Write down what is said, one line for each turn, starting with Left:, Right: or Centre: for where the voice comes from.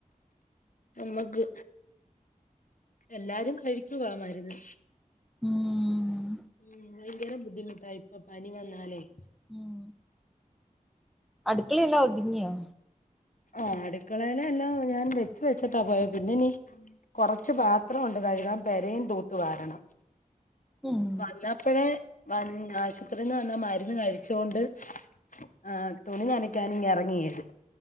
Left: അമ്മക്ക് എല്ലാരും കഴിക്കുവാ മരുന്ന്
Centre: ഉം
Left: മ്മഹ് ഭയങ്കരം ബു ബുദ്ധിമുട്ടാ ഇപ്പൊ പനി വന്നാലേയ്
Centre: ഉം അടുക്കളെല്ലാം ഒതിങ്ങിയോ
Left: ആഹ് അടുക്കളേയിലെ എല്ലാം ഞാൻ വെച്ച് വെച്ചിട്ടാ പോയ പിന്നെനീ കൊറച്ച് പാത്രോ കഴുകാൻ പെരേം തൂത്തുവാരണം
Centre: ഉം
Left: വന്നപ്പഴേ വന്ന് ആശുപത്രിയിൽ നിന്ന് വന്ന മരുന്ന് കഴിച്ചോണ്ട് ആ തുണി നനക്കാനിങ്ങ് എറങ്ങിയെന്